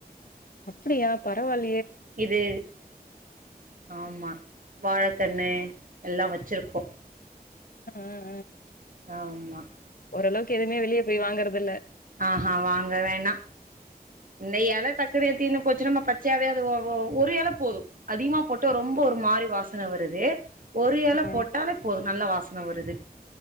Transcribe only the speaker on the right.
இது ஆமா வாழக்கண்ணு எல்லாம் வச்சிருக்கோம்
ஆமா
ஆஹஹ வாங்க வேணாம் இந்த இல டக்குன்னு தீந்து போச்சு நம்ம பச்சயாவே அது ஒரு இல போதும் அதிகமா போட்டு ரொம்ப ஒரு மாறி வாசன வருது ஒரு இல
போட்டாலே போதும் நல்லா வா வாசன வருது